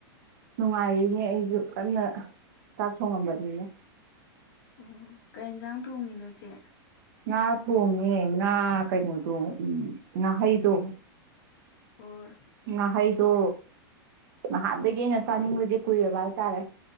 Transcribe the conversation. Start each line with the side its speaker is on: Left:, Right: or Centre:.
Right: ꯅꯨꯡꯉꯥꯏꯔꯤꯅꯦ ꯑꯩꯁꯨ ꯀꯟꯅ ꯆꯥꯛ ꯊꯣꯡꯉꯝꯕꯅꯤꯅꯦ
Left: ꯑꯣ ꯀꯩ ꯌꯦꯟꯁꯥꯡ ꯊꯣꯡꯉꯤꯅꯣ ꯏꯆꯦ
Right: ꯉꯥ ꯊꯣꯡꯉꯦ ꯉꯥ ꯀꯩꯅꯣꯗꯣ ꯎꯝ ꯉꯥꯍꯩꯗꯣ
Left: ꯍꯣꯏ
Right: ꯉꯍꯩꯗꯣ ꯅꯍꯥꯟꯗꯒꯤ ꯑꯩꯅ ꯆꯥꯅꯤꯡꯕꯁꯦ ꯀꯨꯏꯔꯕ ꯍꯥꯏꯇꯥꯔꯦ꯫